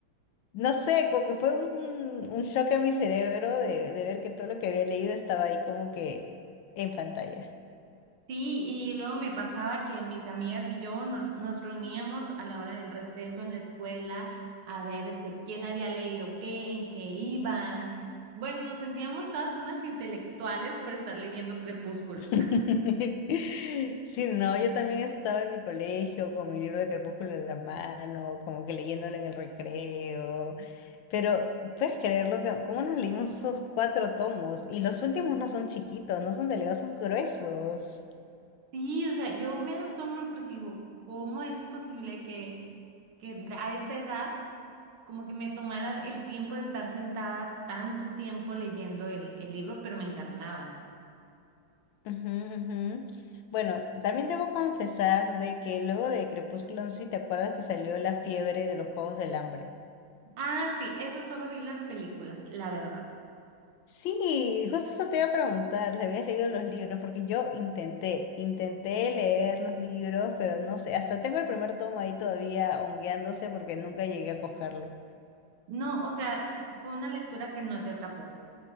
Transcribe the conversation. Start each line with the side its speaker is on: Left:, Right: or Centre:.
Left: No sé, como que fue un, un shock a mi cerebro de, de ver que todo lo que había leído estaba ahí como que en pantalla.
Right: Sí, y luego me pasaba que mis amigas y yo nos, nos reuníamos a la hora del receso en la escuela a ver este, quién había leído qué, en qué iban. Bueno, nos sentíamos todas unas intelectuales por estar leyendo Crepúsculo.
Left: <laughs> Sí, no, yo también estaba en mi colegio con mi libro de Crepúsculo en la mano, como que leyéndolo en el recreo. Pero, ¿puedes creerlo? que- ¿Cómo nos leímos esos cuatro tomos? Y los últimos no son chiquitos, no son delgados, son gruesos.
Right: Sí, o sea, yo me asombro porque digo, ¿cómo es posible que, que a esa edad como que me tomara el tiempo de estar sentada tanto tiempo leyendo el, el libro, pero me encantaban.
Left: Ujú, ujú. Bueno, también debo confesar de que luego de Crepúsculo, no sé si te acuerdas que salió la fiebre de los Juegos del Hambre.
Right: Ah, sí, eso solo vi las películas, la verdad.
Left: Sí, justo eso te iba a preguntar, si habías leído los libros, porque yo intenté, intenté leer los libros, pero no sé, hasta tengo el primer tomo ahí todavía hongueándose porque nunca llegué a cogerlo.
Right: No, o sea, fue una lectura que no te atrapó.